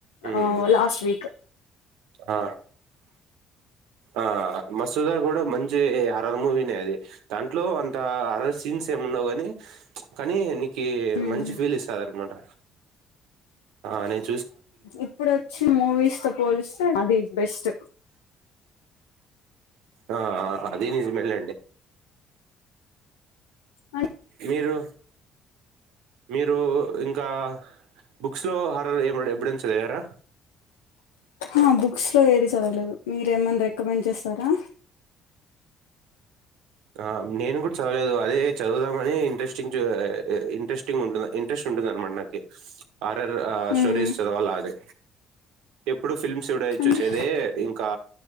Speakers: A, on the right (about 70°); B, on the left (about 80°).
A: ఉమ్
B: ఆ లాస్ట్ వీక్
A: ఆ ఆ మసూద కూడా మంచి హరర్ మూవీనే అది దాంట్లో అంత హరర్ సీన్స్ ఏమి ఉండవు కాని కానీ ని కి
B: మ్మ్
A: మంచి ఫీల్ ఇస్తాదనమాట ఆ నేన్
B: ఇప్పుడు వచ్చిన మూవీస్ తో పోలిస్తే అది బెస్ట్
A: ఆ అదీ నిజమే లెండి
B: <inaudible>
A: మీరు మీరు ఇంకా బుక్స్ లో హారర్ ఎమడ ఎప్పుడైనచదరా
B: ఆ బుక్స్ లో ఏది చదవలేదు మీరు ఏమన్నా రికమెండ్ చేస్తారా
A: ఆ నేను కూడా చదవలేదు అదే చదువుదాం మరీ ఇంట్రెస్టింగ్ ఆ ఏ ఇంట్రెస్టింగ్ ఉంటు ఇంట్రెస్ట్ ఉండదన్నమాట నాకి ఆరర్ ఆ
B: మ్మ్
A: స్టోరీస్ చదవాల అది ఎప్పుడు ఫిల్మ్స్ సుడై
B: అంటే
A: చూసేది ఇంకా